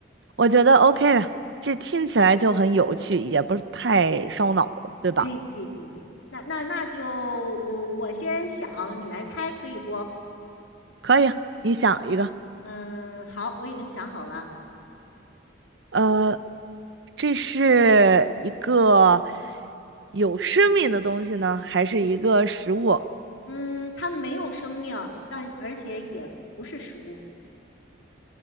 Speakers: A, on the right (about 60°); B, on the left (about 80°).
A: 我觉得 OK 的，这听起来就很有趣，也不是太烧脑，对吧？
B: 可以，可以，可以，可以。那那那就我我先想，你来猜，可以不？
A: 可以啊，你想一个，
B: 嗯，好，我已经想好了。
A: 呃，这是一个有生命的东西呢，还是一个食物？
B: 嗯，它没有生命，但而且也不是食物。